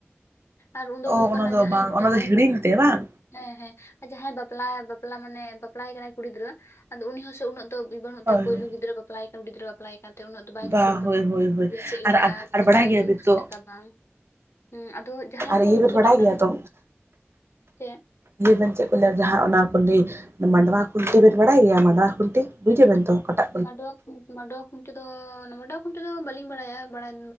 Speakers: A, on the left; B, on the right.
A: ᱟᱨ ᱩᱱ ᱫᱚ
B: ᱚ
A: ᱦᱩᱭᱩᱜ
B: ᱚᱱᱟ
A: ᱠᱟᱱᱟ ᱡᱟᱦᱟᱸᱭ
B: ᱵᱟᱝ ᱚᱱᱟ
A: ᱡᱟᱦᱟᱸ
B: ᱫᱚ ᱦᱤᱲᱤᱧ ᱛᱮ ᱵᱟᱝ
A: ᱟᱸᱭ ᱦᱮᱸ ᱦᱮᱸ ᱡᱟᱦᱟᱸᱭ ᱵᱟᱯᱞᱟ ᱵᱟᱯᱞᱟ ᱢᱟᱱᱮ ᱵᱟᱯᱞᱟᱭᱮ ᱠᱟᱱᱟᱭ ᱠᱩᱲᱤ ᱜᱤᱫᱽᱨᱟᱹ ᱟᱫᱚ ᱩᱱᱤ ᱦᱚᱸ ᱥᱮ ᱩᱱᱟᱹᱜ ᱛᱵᱤ ᱵᱟᱹᱱᱩᱜ
B: ᱦᱳᱭ
A: ᱛᱟᱭ ᱯᱩᱭᱞᱩ
B: ᱦᱳᱭ
A: ᱜᱤᱫᱽᱨᱟᱹ ᱵᱟᱯᱞᱟᱭ ᱠᱮᱱ ᱜᱤᱫᱽᱨᱟᱹ ᱵᱟᱯᱞᱟᱭ ᱚᱱᱛᱮ ᱩᱱᱟᱹᱜ ᱫᱚ ᱵᱟᱭ
B: ᱵᱟ
A: ᱫᱤᱥᱟᱹ
B: ᱦᱳᱭ ᱦᱳᱭ ᱦᱳᱭ
A: ᱞᱮᱫ ᱪᱮᱫ
B: ᱟᱨ
A: ᱞᱮᱠᱟ
B: ᱟᱨ
A: ᱪᱮᱫ
B: ᱵᱟᱲᱟᱭ
A: ᱞᱮᱠᱟ
B: ᱜᱮᱭᱟᱵᱤᱱ
A: ᱦᱩᱭᱩᱜ
B: ᱛᱚ
A: ᱪᱮᱫ ᱞᱮᱠᱟ ᱵᱟᱝ ᱦᱮᱸ ᱟᱫᱚ ᱡᱟᱦᱟᱸᱭ
B: ᱟᱨ
A: ᱠᱚ
B: ᱤᱭᱟᱹ ᱫᱚ
A: ᱥᱳᱞᱳ
B: ᱵᱟᱰᱟᱭ
A: ᱟᱱᱟ
B: ᱜᱮᱭᱟ ᱛᱚ
A: ᱥᱮ
B: ᱞᱤᱭᱟᱹ ᱵᱤᱱ ᱪᱮᱫ ᱠᱚ ᱞᱟᱹᱭᱟ ᱡᱟᱦᱟᱸ ᱚᱱᱟ ᱠᱚ ᱞᱟᱹᱭ ᱢᱟᱰᱣᱟ ᱠᱷᱩᱱᱴᱤ ᱵᱤᱱ ᱵᱟᱰᱟᱭ ᱜᱮᱭᱟ ᱢᱟᱰᱣᱟ ᱠᱷᱩᱱᱴᱤ ᱵᱩᱡ ᱵᱮᱱ ᱫᱚ ᱠᱚᱴᱟᱜ
A: ᱢᱟᱱᱰᱣᱟᱠᱱ ᱢᱟᱰᱣᱟ ᱠᱷᱩᱱᱴᱤ ᱫᱚ ᱢᱟᱰᱣᱟ ᱠᱷᱩᱱᱴᱤ ᱫᱚ ᱵᱟᱹᱞᱤᱧ ᱵᱟᱰᱟᱭᱟ ᱵᱟᱰᱟᱭ